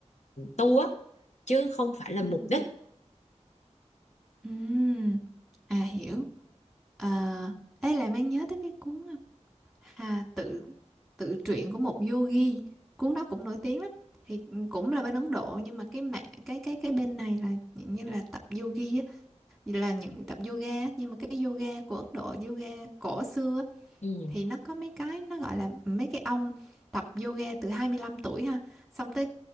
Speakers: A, on the left (about 70°); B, in the centre.
A: tu á chứ không phải là
B: ừ
A: mục đích
B: Ừm, à hiểu. À, ê làm anh nhớ tới cái cuốn à, Hà tự tự truyện của một yogi. Cuốn đó cũng nổi tiếng lắm. Thì cũng là bên Ấn Độ nhưng mà cái mẹ cái cái cái bên này là dạng như là tập yogi á, như là những tập yoga á. nhưng mà cái yoga của Ấn Độ, yoga cổ xưa á,
A: Ừ.
B: thì nó có mấy cái nó gọi là mấy cái ông tập yoga từ 25 tuổi ha. Xong tới